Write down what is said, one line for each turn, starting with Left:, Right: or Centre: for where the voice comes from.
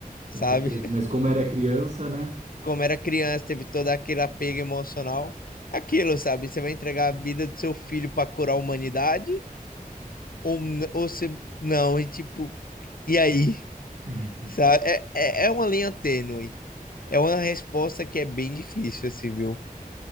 Left: sabe?
Right: com certeza.
Left: <laughs>
Right: Mas como era criança, né?
Left: Como era criança, teve todo aquele apego emocional. Aquilo, sabe? Você vai entregar a vida do seu filho pra curar a humanidade? Ou, n- ou você... Não, e tipo... E aí? <laughs>
Right: Uhum.
Left: Sabe? É, é, é uma linha tênue. É uma resposta que é bem difícil, assim, viu?